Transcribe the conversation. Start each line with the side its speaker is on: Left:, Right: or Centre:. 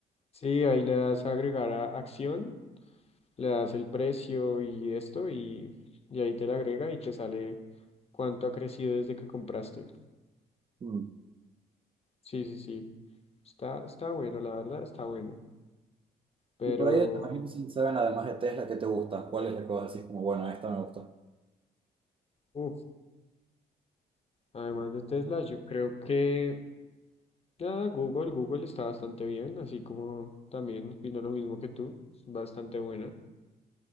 Left: Sí, ahí le das a agregar a acción, le das el precio y esto, y, y ahí te la agrega y te sale. cuánto ha crecido desde que compraste.
Right: Mm.
Left: Sí, sí, sí. Está, está bueno, la verdad, está bueno. Pero,
Right: Y por ahí de los Magnificent Seven, además de Tesla, ¿qué te gusta? ¿Cuál es la que vos decís como, bueno, esta me gusta?
Left: uff además de Tesla, yo creo que ah, Google, Google está bastante bien, así como también opino lo mismo que tú, bastante buena.